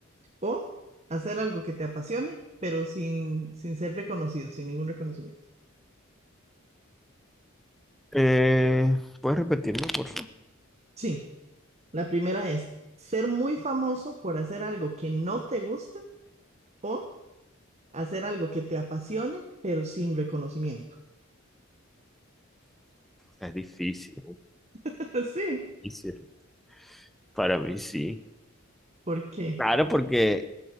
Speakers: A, on the right; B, in the centre.
A: o hacer algo que te apasione, pero sin, sin ser reconocido, sin ningún reconocimiento?
B: Eh, ¿puedes repetirme, por favor?
A: Sí, la primera es ser muy famoso por hacer algo que no te gusta. o hacer algo que te apasione, pero sin reconocimiento.
B: Es difícil, es
A: <laughs> Sí,
B: difícil. Para mí sí.
A: ¿por qué?
B: Claro, porque